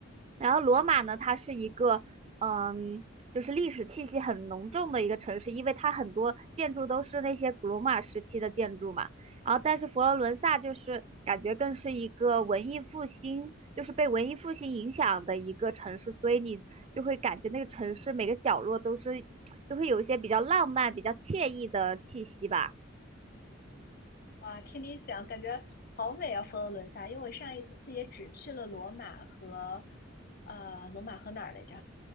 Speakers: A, on the right; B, on the left.
A: 然后罗马呢，它是一个嗯，就是历史气息很浓重的一个城市，因为它很多建筑都是那些古罗马时期的建筑嘛。然后，但是佛罗伦萨就是感觉更是一个文艺复兴，就是被文艺复兴影响的一个城市，所以你就会感觉那个城市每个角落都是，就会有一些比较浪漫、比较惬意的气息吧。
B: 哇，听你讲，感觉好美啊，佛罗伦萨。因为我上一次也只去了罗马和，呃，罗马和哪儿来着？